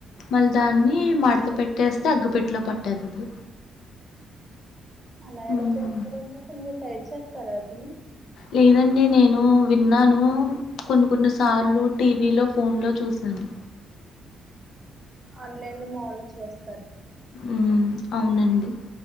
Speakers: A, on the left; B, on the right.
A: మళ్ళీ దాన్ని మడత పెట్టేస్తే అగ్గుపెట్లో పట్టేతుది
B: అలా ఎలా
A: మ్
B: చేస్తారుండి అసలు మీ సైడ్ చేస్తారు అది
A: లేదండి నేను విన్నాను కొన్ని కొన్ని సార్లు టీవీలో ఫోన్లో చూసినాను
B: ఆన్లైన్ లో మాములు చూస్తా
A: ఉ అవునండి